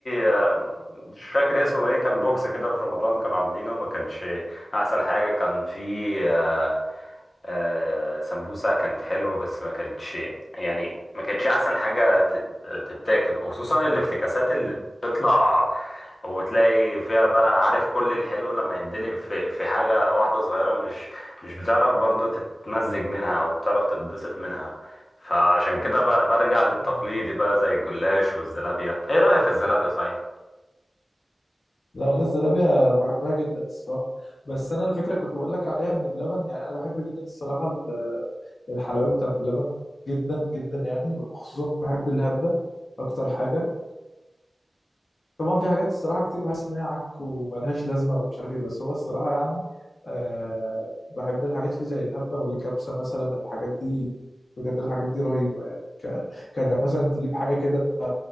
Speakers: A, on the left; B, on the left.
A: آه، مش فاكر اسمه ايه كان بوكس كده في رمضان كانوا عاملينه ما كانش احسن حاجه كان في آه، آه سمبوسة كانت حلوة بس ما كانتش يعني ما كانتش أحسن حاجة تت- تتاكل وخصوصا الافتكاسات اللي بتطلع وتلاقي فيها بقى عارف كل الحلو لما يتدلب في في حاجة واحدة صغيرة مش مش بتعرف برضو تتمزج منها أو بتعرف تتبسط منها فعشان كده ب- برجع للتقليدي
B: آه.
A: بقى زي الجلاش والزلابية إيه رأيك في الزلابية صحيح؟
B: لا والله الزلابيه بحبها جدا الصراحه بس انا الفكره كنت بقول لك عليها ان بلبن يعني انا بحب جدا الصراحه ال- الحلويات بتاعت بلبن جدا جدا يعني خصوصا بحب الهبه اكتر حاجه طبعا في حاجات الصراحه كتير بحس ان هي عك وملهاش لازمه ومش عارف ايه بس هو الصراحه يعني أه بحب الحاجات فيه زي الهبه والكبسه مثلا الحاجات دي بجد الحاجات دي رهيبه يعني ك... كانك مثلا تجيب حاجه كده